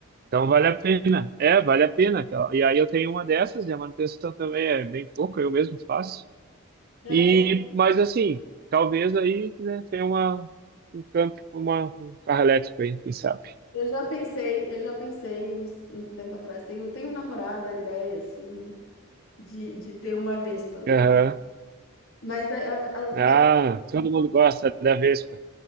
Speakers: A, on the right (about 40°); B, on the left (about 70°).
A: então vale a pena. É, vale a pena. E aí eu tenho uma dessas e a manutenção também é bem pouca, eu mesmo faço.
B: É,
A: E,
B: eu,
A: mas assim, talvez aí, né, tenha uma, um campo, uma, um carro elétrico aí, quem sabe.
B: eu já pensei, eu já pensei uns, uns tempo atrás, tenho, tenho namorado a ideia, assim, de, de ter uma Vespa.
A: Aham.
B: Mas daí a, a, Ves-
A: Ah, todo mundo gosta da Vespa.